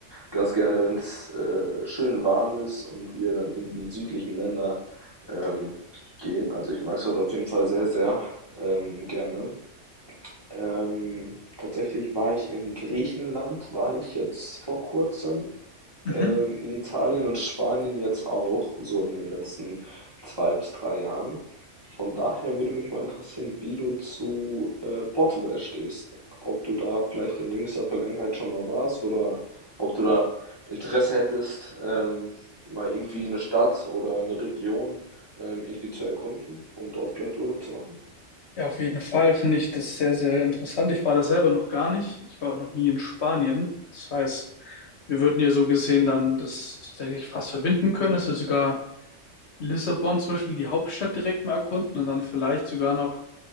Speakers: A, on the right (about 20°); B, on the left (about 65°).
A: ganz gerne, wenn es äh, schön warm ist und wir dann in die südlichen Länder ähm, gehen. Also ich mag es dort auf jeden Fall sehr, sehr ähm, gerne. Ähm, tatsächlich war ich in Griechenland, war ich jetzt vor kurzem,
B: Mhm.
A: ähm, in Italien und Spanien jetzt auch, so in den letzten zwei bis drei Jahren. Von daher würde mich mal interessieren, wie du zu äh, Portugal stehst. Ob du da vielleicht in jüngster Vergangenheit schon mal warst oder ob du da Interesse hättest, ähm, mal irgendwie eine Stadt oder eine Region ähm, irgendwie zu erkunden und dort vielleicht Urlaub zu machen.
B: Ja, auf jeden Fall finde ich das sehr, sehr interessant. Ich war da selber noch gar nicht. Ich war auch noch nie in Spanien. Das heißt, wir würden ja so gesehen dann das tatsächlich fast verbinden können, dass wir sogar Lissabon zum Beispiel, die Hauptstadt direkt mal erkunden und dann vielleicht sogar noch,